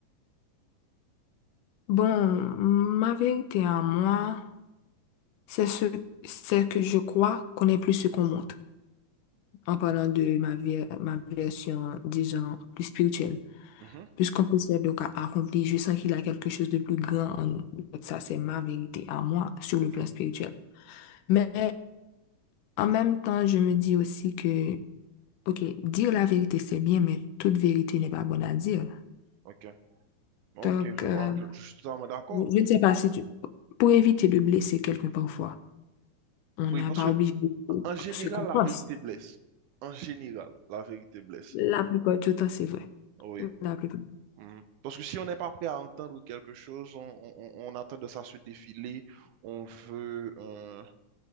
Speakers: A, on the left (about 80°); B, on the right (about 75°).
A: bon, ma vérité à moi, c'est ce, c'est que je crois qu'on est plus ce qu'on montre. en parlant de ma vie, ma version, disons, plus spirituelle.
B: Mhm.
A: Puisqu'on possède donc à accomplir, je sens qu'il a quelque chose de plus grand en nous. Donc ça, c'est ma vérité à moi sur
B: Ok,
A: le plan spirituel. Mais en même temps, je me dis aussi que, OK, dire la vérité, c'est bien, mais toute vérité n'est pas bonne à dire.
B: ok, ok,
A: Donc,
B: je
A: euh,
B: vois, je, je suis totalement d'accord.
A: je ne sais pas si tu... Pour éviter de blesser quelqu'un parfois, on
B: Oui,
A: n'est
B: parce
A: pas
B: que
A: obligé de dire
B: en général,
A: ce qu'on pense.
B: la vérité blesse. En général, la vérité blesse.
A: La plupart du temps, c'est vrai.
B: Oui.
A: La plupart.
B: Mhm. Parce que si on n'est pas prêt à entendre quelque chose, on, on, on- on a tendance à se défiler, on veut, euh,